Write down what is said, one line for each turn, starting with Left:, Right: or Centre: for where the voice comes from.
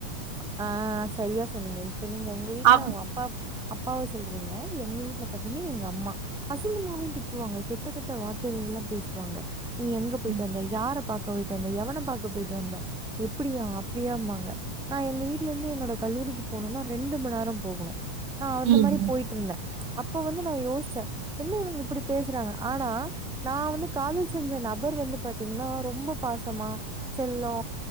Centre: அ அ அ சரியா சொன்னீங்க இப்ப நீங்க உங்க வீட்ல
Right: அப்
Centre: ஓ அப்பாம் அப் அப்பாவ சொல்றீங்க எங்க வீட்ல பத்தீங்கன்னா எங்க அம்மா அசிங்கமாவே திட்டுவாங்க கெட்ட கெட்ட வார்த்தைகள்லா பேசுவாங்க நீ எங்க போயிட்டு
Right: ம்
Centre: வந்த யார பாக்க போயிட்டு வந்த எவன பாக்க போயிட்டு வந்த எப்டியா அப்டியாம்பாங்க நா எங்க வீட்லருந்து என்னோடய கல்லூரிக்கு போணுன்னா ரெண்டு மணிநேரோ போகனு நா அந்த
Right: ம்
Centre: மாறி போயிட்டு இருந்தே அப்ப வந்து நா யோசிச்சே என்ன இவங்க இப்டி பேசுறாங்க ஆனா நா வந்து காதல் செஞ்ச நபர் வந்து பாத்தீங்கன்னா ரொம்ப பாசமா செல்லோ